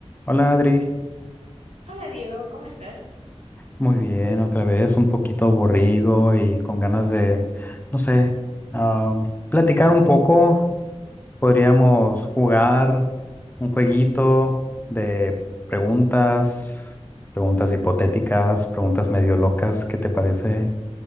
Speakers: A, on the left; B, on the right.
A: Hola Adri,
B: Hola Diego, ¿cómo estás?
A: muy bien, otra vez un poquito aburrido y con ganas de, no sé, ah, platicar un poco. Podríamos jugar un jueguito de preguntas, preguntas hipotéticas, preguntas medio locas, ¿qué te parece?